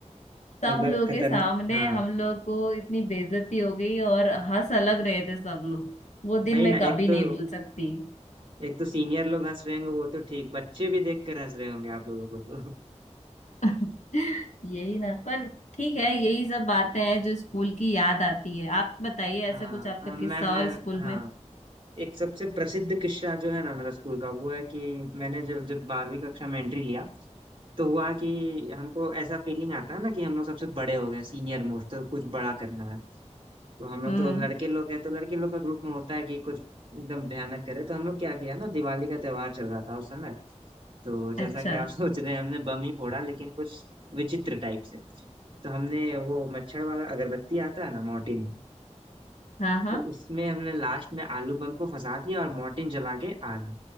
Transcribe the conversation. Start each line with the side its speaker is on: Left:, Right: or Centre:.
Left: सब
Right: मतलब
Left: लोग
Right: खतरन
Left: के सामने
Right: हाँ
Left: हम लोग को इतनी बेइज्जती हो गई और हंस अलग रहे थे सब लोग वो
Right: वही
Left: दिन मैं
Right: ना
Left: कभी
Right: एक
Left: नहीं
Right: तो
Left: भूल सकती
Right: एक तो सीनियर लोग हंस रहे होंगे वो तो ठीक बच्चे भी देख कर हंस रहे होंगे आप लोगों को तो
Left: <laughs> यही ना पर ठीक है यही सब बातें हैं जो स्कूल की याद आती है आप बताइए ऐसा
Right: हाँ
Left: कुछ आपका
Right: हाँ, मैं
Left: किस्सा
Right: मैं
Left: हो स्कूल
Right: हाँ
Left: में
Right: एक सबसे प्रसिद्ध किस्सा जो है ना मेरा स्कूल का वो है कि मैंने जब जब बारहवीं कक्षा में एंट्री लिया तो हुआ कि हमको ऐसा फीलिंग आता है ना कि हम लोग सबसे बड़े हो गए सीनियर मोस्ट तो कुछ बड़ा करना है तो हम लोग
Left: हम्म
Right: तो लड़के लोग हैं तो लड़के लोग का ग्रुप में होता है कि कुछ एकदम भयानक करे तो हम लोग क्या किया ना दिवाली का त्योहार चल रहा था उस समय तो जैसा
Left: अच्छा
Right: कि आप <laughs> सोच रहे हैं हमने बम ही फोड़ा लेकिन कुछ विचित्र टाइप से तो हमने वो मच्छर वाला अगरबत्ती आता है ना मोर्टिन
Left: हाँ हाँ
Right: तो उसमें हमने लास्ट में आलू बम को फंसा दिया और मोर्टिन जला के आग